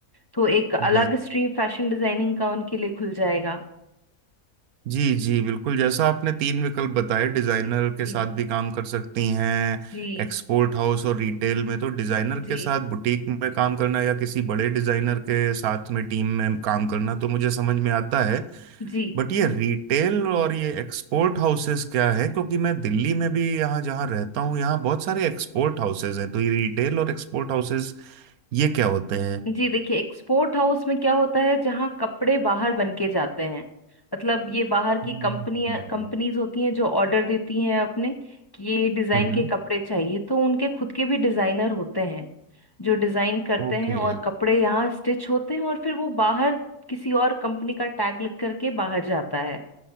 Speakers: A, on the left; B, on the right.
A: तो एक अलग
B: हम्म,
A: स्ट्रीम फैशन डिजाइनिंग का उनके लिए खुल जाएगा
B: जी जी बिल्कुल जैसा आपने तीन विकल्प बताए डिजाइनर के
A: जी
B: साथ भी काम कर सकती हैं
A: जी
B: एक्सपोर्ट हाउस और रिटेल में तो डिजाइनर
A: जी
B: के साथ बुटीक में काम करना या किसी बड़े डिजाइनर के साथ में टीम में काम करना तो मुझे समझ में आता है
A: जी
B: बट ये रिटेल और ये एक्सपोर्ट हाउसेस क्या है क्योंकि मैं दिल्ली में भी यहाँ जहाँ रहता हूँ यहाँ बहुत सारे एक्सपोर्ट हाउसेस हैं तो ये रिटेल और एक्सपोर्ट हाउसेस ये क्या होते हैं
A: जी देखिए एक्सपोर्ट हाउस में क्या होता है जहाँ कपड़े बाहर बन के जाते हैं मतलब ये बाहर की
B: हम्म
A: कंपनियां कंपनीज होती हैं जो ऑर्डर देती हैं अपने कि ये डिजाइन
B: हम्म
A: के कपड़े चाहिए तो उनके खुद के भी डिजाइनर होते हैं जो डिजाइन करते
B: Okay
A: हैं और कपड़े यहाँ स्टिच होते हैं और फिर वो बाहर किसी और कंपनी का टैग लिख करके बाहर जाता है